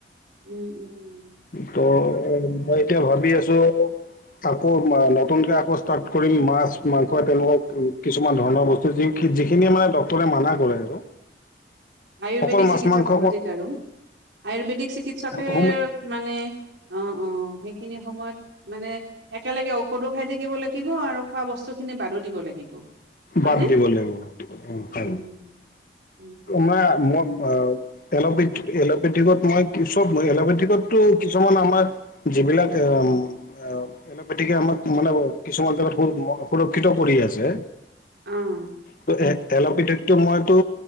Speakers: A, on the right; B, on the left.
A: উম, উম।
B: ত' মই এতিয়া ভাবি আছোঁ। আকৌ নতুনকে আকৌ ষ্টাৰ্ট কৰিম মাছ মাংস তেনেকুৱা কিছুমান ধৰণৰ বস্তু যি যিখিনি মানে ড্ক্তৰে মানা কৰে আৰু।
A: আয়ুৰ্বেদিক
B: অকল
A: চিকিৎসা
B: মাছ মাংস
A: পদ্ধতিত আৰু। আয়ুৰ্বেদিক চিকিৎসকে
B: হোম
A: মানে অ'। অ', সেইখিনি সময়ত মানে একেলগে ঔষধো খাই থাকিব লাগিব আৰু খোৱা বস্তু খিনি বাদো দিব লাগিব। হয়নে?
B: বাদ দিব লাগিব, উম হয়।
A: উম উম উম
B: মই -- অ' এলোপেথিক এলোপেথিকত মই চব মই এলোপেথিকত তো কিছুমান আমাৰ যিম যিবিলাকা আম এলপেতিকে আমাক মানে কিছুমান <unintelligible> সুৰক্ষিত কৰি আছে।
A: অ',
B: ত এ এলপেথিকটো মইতো